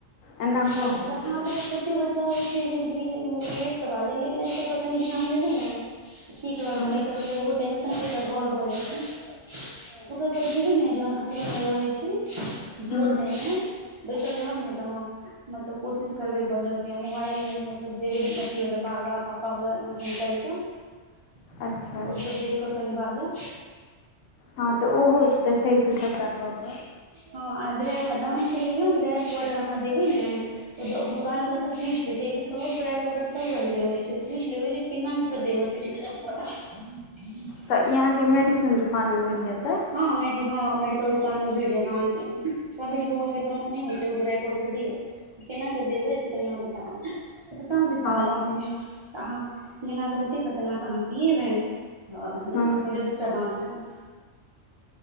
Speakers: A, on the left; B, on the right.
A: एना कहत
B: अच्छा,
A: हूँ
B: तऽ हँ तऽ कऽ। चा होइ छै जे धीरे-धीरे सभ लेटसँ बाजल, लेकिन एहि सभपर कनि ध्यान देबै ने। ठीक रहत
A: हूँ
B: नहि तऽ फेर ओहो टेंशनके ह घर भऽ जाइत छै। ओकरा बजियए भी नहि जोहन। असगरमे रहै छी,
A: हूँ
B: भोरमे ओहिमे बैसल रहब, नहि तऽ हँ। मतलब कोशिश करबे बजय के मोबाइलमे मतलब देबे अथि होला बाबा पापा पहिले एना निकालि कऽ तऽ
A: अच्छा
B: ओसभ देख कऽ कही बाजऽ।
A: हँ तऽ ओहो देखैत छै। सभटा कऽ
B: हँ, आ ग्रा आ दाँतके लेल ने, ग्रे ऑर्डर अहाँ देबै ने? ओ दोकानवालासँ पूछि लेबै, किएक तँ सभ ड्राइ पोटर सभ रंगके रहै छै, तऽ पूछि लेबै जे। कना कऽ देव चब <unintelligible>
A: तऽ ई अहाँकेँ मेडिसन दुकानमे मिल जेतै।
B: हँ मेदि हँ म कल दुकानमे भेट जायत अहाँकेँ कहै छै, बौआ के दांत न होइ छै उगराई पाडर दियऔ केना कऽ देबै एहिऐ कनि हमरा बता दिय बता देता
A: हँ
B: ह अपने। तऽ अहाँ जेनाकऽ बतेता तेनाकऽ अहाँ पियबनि तऽ
A: हँ
B: पहिले दूटा दाँत हैत।